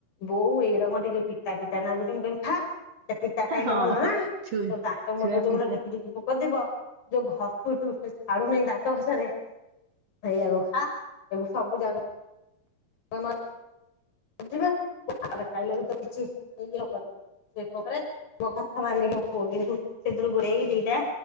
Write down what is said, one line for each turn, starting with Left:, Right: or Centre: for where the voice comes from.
Left: ବୋଉ ଏଇରା କଣ ଟିକେ ପିଠା ପିତା ନାଗୁଛି ମୁଁକହିବି ଖା ପିତା ଖାଇଲେ
Right: ହଁ
Left: ଭଲ ନା।
Right: ଛୁଆ
Left: ତୋ ଦାନ୍ତ ମୂଳରେ
Right: ଛୁଆ
Left: ଯୋଉ
Right: ପିତା
Left: ଟିକି ଟିକି ପୋକ ଥିବ ଯୋଉ ଘସୁଚୁ ସେ ଛାଡୁନେଇ ଦାନ୍ତ ଘସାରେ ଏଇଆକୁ ଖା। ଏବେ ସବୁ ଜାଗ <unintelligible> ବୁଝିବେ ରେ ଖାଇଲେ ବି ତ କିଛି ଇଏ ହବନି ସେ <unintelligible> ମୋ କଥା ମାନିକି ମୋ ପୁଅ ଝିଅ ଙ୍କୁ ସେଥିରୁ ଗୁରେଇକି ଦିଟା